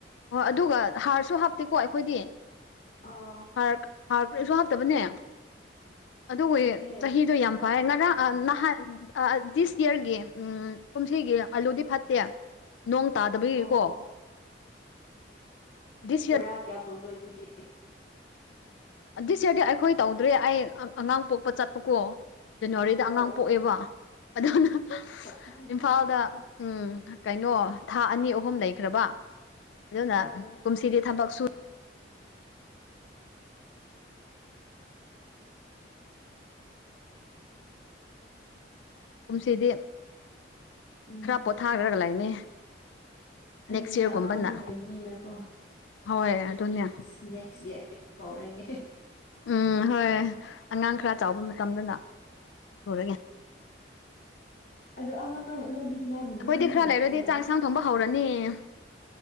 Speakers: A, on the left; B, on the left.
A: ꯑꯗꯨꯒ ꯍꯥꯔꯁꯨ ꯍꯥꯞꯇꯦꯀꯣ ꯑꯩꯈꯣꯏꯗꯤ
B: ꯑꯥ
A: ꯍꯥꯔ ꯍꯥꯔꯀꯔꯤꯁꯨ ꯍꯥꯞꯇꯕꯅꯦ ꯑꯗꯨꯕꯨ
B: ꯐꯩꯌꯦ
A: ꯆꯍꯤꯗꯣ ꯌꯥꯝ ꯉꯔꯥꯡ ꯅꯍꯥꯟ ꯗꯤꯁ ꯏꯌꯥꯔꯒꯤ ꯎꯝ ꯀꯨꯝꯁꯤꯒꯤ ꯑꯥꯂꯨꯗꯤ ꯐꯠꯇꯦ ꯅꯣꯡ ꯇꯥꯗꯕꯒꯤꯀꯣ
B: ꯑꯣ
A: ꯗꯤꯁ
B: ꯕꯣꯔꯥ
A: ꯌꯔ
B: ꯀꯌꯥ ꯐꯪꯕ꯭ꯔ ꯑꯗꯨꯗꯤ
A: ꯗꯤꯁ ꯏꯌꯥꯔꯗꯤ ꯑꯩꯈꯣꯏ ꯇꯧꯗ꯭ꯔꯦ ꯑꯩ ꯑꯉꯥꯡ ꯄꯣꯛꯄ ꯆꯥꯠꯄꯀꯣ ꯖꯅꯋꯥꯔꯤꯗ ꯑꯉꯥꯡ
B: ꯑꯣ ꯑꯣ
A: ꯄꯣꯛꯑꯦꯕ ꯑꯗꯨꯅ
B: ꯑꯣ ꯑꯣ
A: ꯏꯝꯐꯥꯜꯗ
B: ꯑꯣ
A: ꯎꯝ ꯀꯩꯅꯣ ꯊꯥ ꯑꯅꯤ ꯑꯍꯨꯝ ꯂꯩꯈ꯭ꯔꯕ ꯑꯗꯨꯅ
B: ꯑꯣ
A: ꯀꯨꯝꯁꯤꯗꯤ ꯊꯕꯛ ꯁꯨ ꯀꯨꯝꯁꯤꯗꯤ
B: ꯎꯝ
A: ꯈꯔ ꯄꯣꯊꯥꯈ꯭ꯔꯒ ꯂꯩꯅꯤ
B: ꯑꯗꯨꯅꯦ
A: ꯅꯦꯛꯁ ꯌꯔꯒꯨꯝꯕꯅ
B: ꯑꯉꯥꯡꯁꯨ ꯂꯩꯕꯅꯤꯅꯀꯣ
A: ꯍꯣꯏ ꯑꯗꯨꯅꯦ
B: ꯅꯦꯛꯁ ꯏꯌꯥꯔ ꯍꯧꯔꯒꯦ
A: ꯎꯝ ꯍꯣꯏ ꯑꯉꯥꯡ ꯈꯔ ꯆꯥꯎꯕ ꯃꯇꯝꯗꯅ ꯁꯨꯔꯦꯅꯦ <unintelligible> <unintelligible>
B: ꯑꯗꯣ ꯑꯉꯥꯡ ꯂꯧꯕꯤꯅꯤꯡꯉꯥꯏꯒꯨꯝꯕꯗꯤ
A: ꯑꯩꯈꯣꯏꯗꯤ
B: ꯃꯤ
A: ꯈꯔ
B: ꯂꯩꯕ꯭ꯔꯣ
A: ꯂꯩꯔꯗꯤ ꯆꯥꯛ
B: ꯅꯠꯇ꯭ꯔꯥ
A: ꯏꯟꯁꯥꯡ ꯊꯣꯡꯕ ꯍꯧꯔꯅꯤ